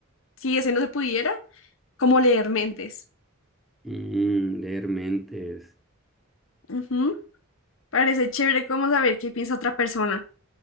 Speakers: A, on the left; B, in the centre.
A: si ese no se pudiera, como leer mentes.
B: Mm, leer mentes.
A: Ujú, Parece chévere como saber qué piensa otra persona.